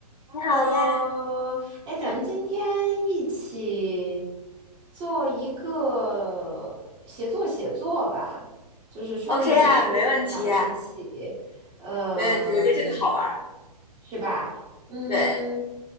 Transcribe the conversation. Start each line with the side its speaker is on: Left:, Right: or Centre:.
Right: Hello，
Left: 你好呀，
Right: 哎，咱们今天一起
Left: 嗯
Right: 做一个协作写作吧，就是创意写作，
Left: ，OK 啊，没问题呀，
Right: 咱们两个一起，嗯、
Left: 没问题，我觉得这个好玩儿。
Right: 是吧？嗯，
Left: 对，